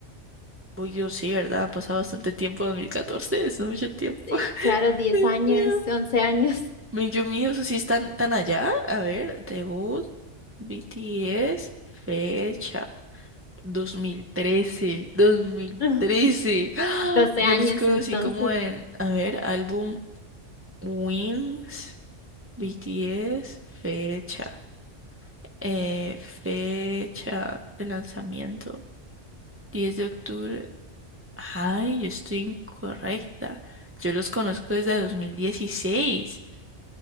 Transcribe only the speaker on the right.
uy, yo sí, ¿verdad? Ha pasado bastante tiempo, 2014, es mucho tiempo.
<laughs>
Dios
mío.
Mi- Yo mío, eso sí están tan allá. A ver, debut, BTS, fecha. 2013, 2013.
¡Ah!
Yo
los conocí
como en, a ver, álbum Wings, BTS, fecha, eh, fecha de lanzamiento, 10 de octubre. Ay, yo estoy incorrecta. Yo los conozco desde 2016.